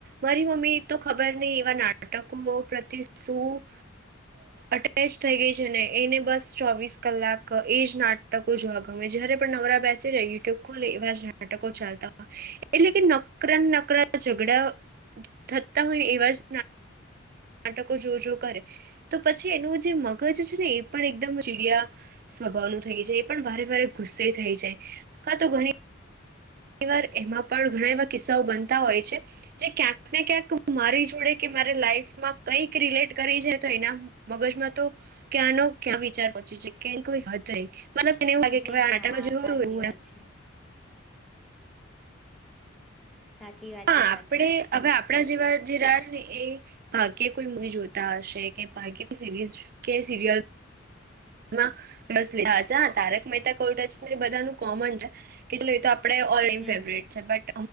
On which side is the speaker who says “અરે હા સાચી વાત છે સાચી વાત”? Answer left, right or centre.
Centre